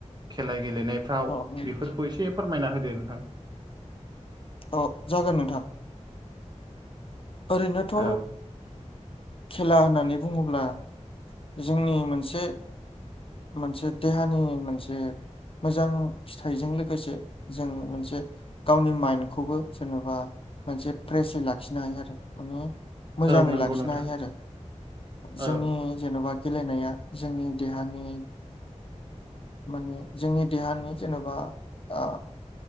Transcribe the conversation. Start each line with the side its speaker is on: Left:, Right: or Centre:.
Right: खेला गेलेनायफ्राव
Left: औ ओं
Right: बेफोरखौ एसे फोरमायना होदो नोंथां,
Left: अ जागोन नोंथां। ओरैनोथ'
Right: औ
Left: खेला होननानै बुङोब्ला जोंनि मोनसे, मोनसे देहानि मोनसे, मोजां फिथाइजों लोगोसे जों मोनसे गावनि मायेनखौबो जेनेबा मोनसे फ्रेसयै लाखिनो हायो आरो माने, मोजाङै
Right: औ नंगौ
Left: लाखिनो
Right: नोंथां
Left: हायो आरो जोंनि,
Right: औ औ
Left: जेन'बा गेलेनाया जोंनि देहानि। माने जोंनि देहानि जेनेबा ओ,